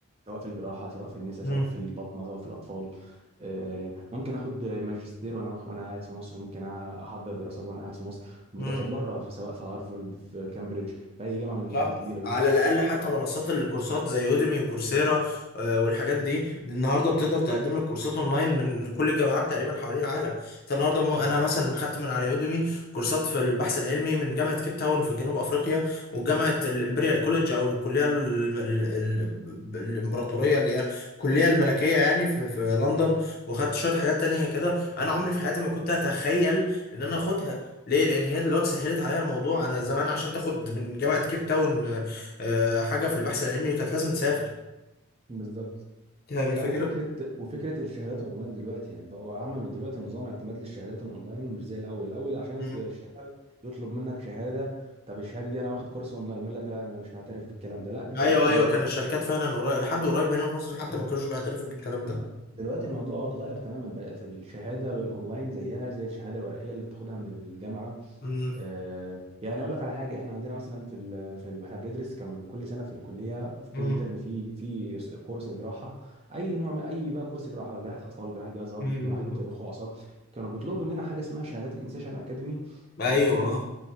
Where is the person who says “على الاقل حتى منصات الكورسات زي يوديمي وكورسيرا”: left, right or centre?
Left